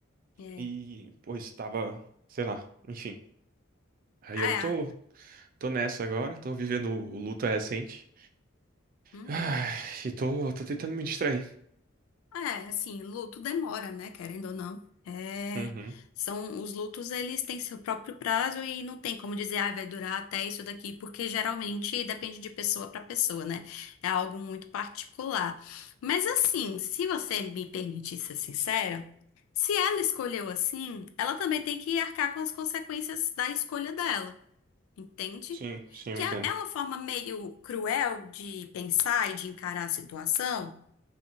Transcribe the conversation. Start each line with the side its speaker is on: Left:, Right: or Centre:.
Left: é.
Right: E, pois, tava, sei lá, enfim. Aí
Left: É.
Right: eu tô, tô nessa agora, tô vivendo o luto recente.
Left: uhum.
Right: Ai, e tô, tô tentando me distrair.
Left: É, assim, luto demora, né? Querendo ou não. É,
Right: Uhum.
Left: são os lutos, eles têm seu próprio prazo e não tem como dizer, ah, vai durar até isso daqui, porque geralmente depende de pessoa para pessoa, né? É algo muito particular. Mas assim, se você me permitir ser sincera, se ela escolheu assim, ela também tem que arcar com as consequências da escolha dela, entende?
Right: Sim, sim, eu
Left: Que
Right: entendo.
Left: é é uma forma meio cruel de pensar e de encarar a situação.